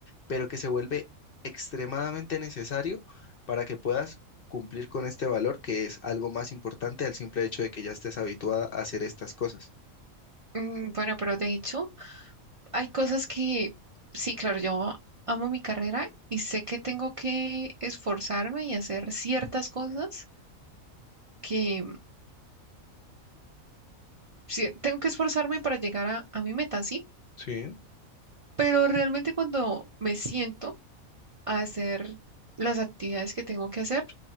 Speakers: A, on the left; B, on the right.
A: pero que se vuelve extremadamente necesario para que puedas cumplir con este valor, que es algo más importante al simple hecho de que ya estés habituada a hacer estas cosas.
B: Mm, bueno, pero de hecho, hay cosas que, sí, claro, yo amo mi carrera y sé que tengo que esforzarme y hacer ciertas cosas que sí, tengo que esforzarme para llegar a, a mi meta, sí.
A: Sí,
B: Pero realmente cuando me siento a hacer las actividades que tengo que hacer,